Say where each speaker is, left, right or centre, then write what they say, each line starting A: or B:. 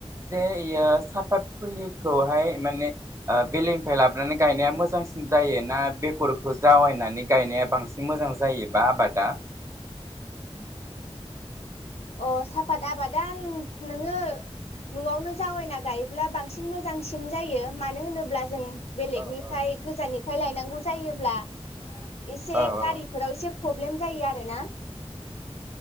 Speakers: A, on the right (about 25°); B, on the left (about 70°).
A: जे इयो साफात फुलिखौहाय माने ओ बेलेगनिफ्राय लाबोनानै गायनाया मोजांसिन जायो ना बेगरखौ जावायनानै गायनाया बांसिन मोजां जायोबा आबादा? <inaudible>
B: <inaudible> अ साफात आबादा नोङो न'आवनो जावैना गायोब्ला बांसिन मोजांसिन जायो मानो होनोब्ला जों बेलेगनिफ्राय
A: औ औ
B: गोजाननि फाय लायनांगौ जायोब्ला एसे
A: औ
B: गारिफोराव
A: औ
B: एसे प्रब्लेम जायो आरोना